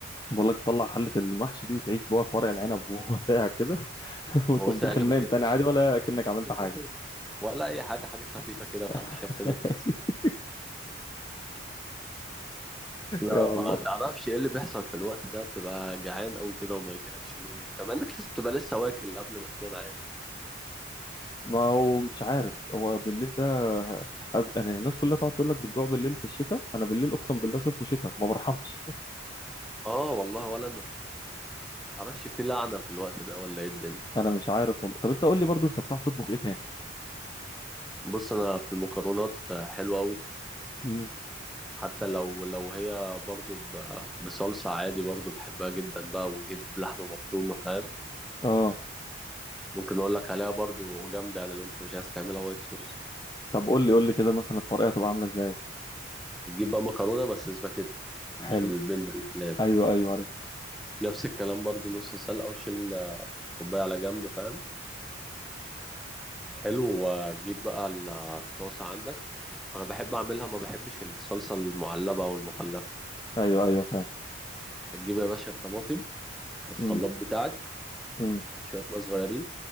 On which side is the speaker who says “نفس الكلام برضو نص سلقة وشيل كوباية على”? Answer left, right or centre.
Centre